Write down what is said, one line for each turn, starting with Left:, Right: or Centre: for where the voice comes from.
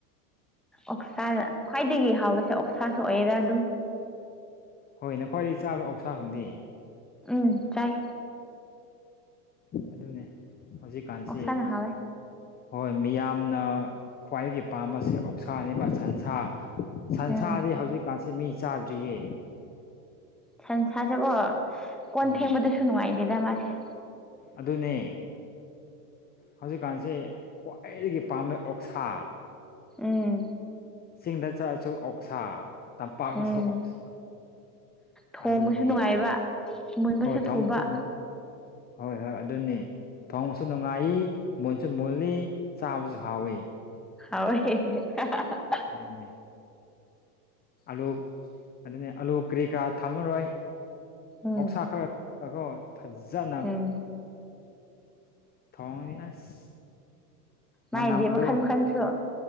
Centre: ꯑꯣꯛꯁꯥꯗ ꯈ꯭ꯋꯥꯏꯗꯒꯤ ꯍꯥꯎꯕꯁꯦ ꯑꯣꯛꯁꯥꯁꯨ ꯑꯣꯏꯌꯦꯔꯥ ꯑꯗꯨꯝ
Left: ꯍꯣꯏꯅꯦ ꯈ꯭ꯋꯥꯏꯗꯒꯤ ꯆꯥꯔ꯭ꯔꯣ ꯑꯁꯥ ꯈꯪꯗꯗꯤ
Centre: ꯎꯝ ꯆꯥꯏ
Left: ꯑꯗꯨꯅꯦ ꯍꯧꯖꯤꯛꯀꯥꯟꯁꯤ
Centre: ꯑꯣꯛꯁꯥꯅ ꯍꯥꯎꯋꯦ
Left: ꯍꯣꯏ ꯃꯤꯌꯥꯝꯅ ꯈ꯭ꯋꯥꯏꯗꯒꯤ ꯄꯥꯝꯕꯁꯤ ꯑꯣꯛꯁꯥꯕ ꯁꯟꯁꯥ ꯁꯟꯁꯥꯗꯤ
Centre: ꯎꯝ
Left: ꯍꯧꯖꯤꯛꯀꯥꯟꯁꯦ ꯃꯤ ꯆꯥꯗ꯭ꯔꯤꯌꯦ
Centre: ꯁꯟꯁꯥꯁꯦꯀꯣ ꯀꯣꯟ
Left: ꯍꯣꯏ
Centre: ꯐꯦꯡꯕꯗꯁꯨ ꯅꯨꯡꯉꯥꯏꯇꯦꯗ ꯃꯥꯁꯦ
Left: ꯑꯗꯨꯅꯦ ꯍꯧꯖꯤꯛꯀꯥꯟꯁꯦ ꯑꯩꯗꯒꯤ ꯄꯥꯝꯕ ꯑꯣꯛꯁꯥ
Centre: ꯎꯝ
Left: ꯆꯤꯡꯗ ꯆꯠꯂꯁꯨ ꯑꯣꯛꯁꯥ ꯇꯝꯄꯥꯛꯑꯁꯨ
Centre: ꯎꯝ
Left: ꯑꯣꯛꯁꯥ
Centre: ꯊꯣꯡꯕꯁꯨ
Left: ꯑꯗꯨꯅꯤ
Centre: ꯅꯨꯡꯉꯥꯏꯕ ꯃꯨꯟꯕꯁꯨ
Left: ꯍꯣꯏ ꯊꯥꯎꯃꯛꯨꯁꯨ
Centre: ꯊꯨꯕ
Left: ꯑꯗꯨꯪ ꯍꯣꯏ ꯍꯣꯏ ꯑꯗꯨꯅꯤ ꯊꯣꯡꯕꯁꯨ ꯅꯨꯡꯉꯥꯏ ꯃꯨꯟꯁꯨ ꯃꯨꯜꯂꯤ ꯆꯥꯕꯁꯨ ꯍꯥꯎꯋ
Centre: ꯍ
Left: ꯑꯗꯨꯅꯦ ꯑꯥꯂꯨ ꯑꯗꯨꯅꯤ ꯑꯥꯂꯨ ꯀꯔꯤ ꯀꯔꯥ ꯊꯝꯃꯔꯣꯏ
Centre: ꯎꯝ
Left: ꯑꯣꯛꯁꯥ ꯈꯔ ꯑꯩꯈꯣ ꯐꯖꯅꯥ
Centre: ꯎꯝ
Left: ꯊꯣꯡ ꯏ ꯑꯁ
Centre: ꯃꯥꯏꯗꯤ
Left: ꯃꯅꯝꯗꯨ
Centre: ꯃꯈꯜ ꯃꯈꯟꯁꯨ